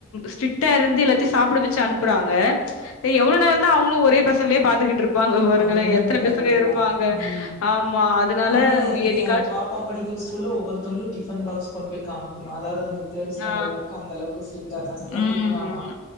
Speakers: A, on the left (about 80°); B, on the left (about 40°).
A: ஸ்டிட்க்டா இருந்து எல்லாத்தையு சாப்ட வச்சு அனுப்புறாங்க எவ்ள நேர தா அவங்களு ஒரே பசங்களே பாத்துகிட்டு இருப் நிப்பாங்க பாருங்களே
B: அது என்னமோ
A: எத்தன
B: கரெக்ட்டு
A: பசங்க இருப்பாங்க
B: தான். ம்.
A: ஆமா அதனால
B: ஆனா
A: என்னைக்காச்
B: என் பாப்பா படிக்கிற ஸ்கூல்ல ஒவ்வொருத்தங்களு டிபன் பாக்ஸ் கொண்டு போய் காமிக்கணு அதாவ்து அந்த தேர்ட் ஸ்டாண்டர்ட்
A: ஆ.
B: வரைக்கு அந்த அளவுக்கு ஸ்ட்ரிக்ட்டா இருந்தாங்களா இல்லனா
A: ம்.
B: திட்டுவாங்களா